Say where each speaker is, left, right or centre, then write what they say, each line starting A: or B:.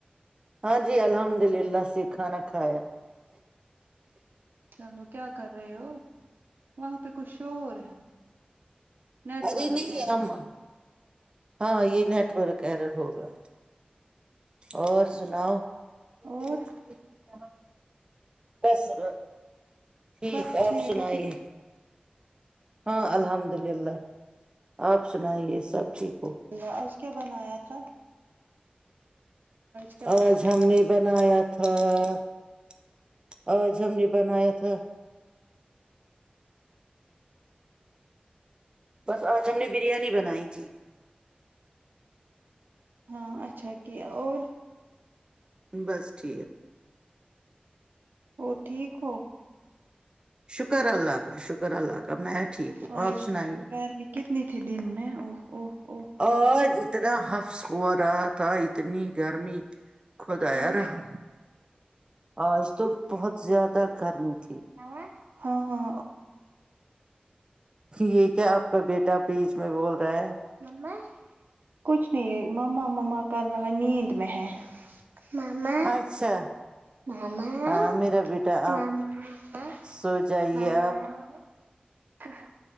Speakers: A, on the right; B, on the right.
A: ہاں جی الحمد للہ سے کھانا کھایا
B: چلو کیا کر رہے ہو وہاں پہ کچھ شور ہے <unintelligible> نیٹ
A: اری
B: ورک
A: نہیں
B: ایرر
A: آ <unintelligible> ہاں یہ نیٹورک ایرر ہوگا اور سناؤ <unintelligible>
B: اور
A: ب ب <unintelligible> بصر ٹھیک
B: بس
A: آپ
B: ٹھیک
A: سنائیے
B: ہے ٹھیک
A: ہاں الحمد للہ آپ سنائیے سب شیکو
B: ہے۔ آج کیا بنایا تھا کیا بنایا
A: آج ہم
B: تھا
A: نے بنایا تھا <unintelligible> آج ہم نے بنایا تھا بس آج ہم نے بریانی بنائی تھی
B: ہاں اچھا کہ اور
A: بس ٹھیک <unintelligible>
B: وہ ٹھیک ہو
A: شکر اللہ کاا شکر اللہ کا میں ٹھیک ہوں
B: اورج
A: آپ سنائیے
B: گیرمی کتنی تھی دن میں اوہ او او او
A: آج اتنا حفظ ہوا رہا تھا اتنی گرمی خدا
B: ہاں
A: رحم آج تو بہت زیادہ گرمی تھی
B: ہاں ہاں
A: یہ کیا آپ کا بیٹا بیچ میں بول رہا ہے
B: مم کچھ نہیں ماما ماما کر رہا نیند میں ہے ماما
A: اچھا
B: مما
A: ہاں میرا بیٹا آپ
B: مماپ
A: سو جائیے
B: مما
A: آپ
B: ہ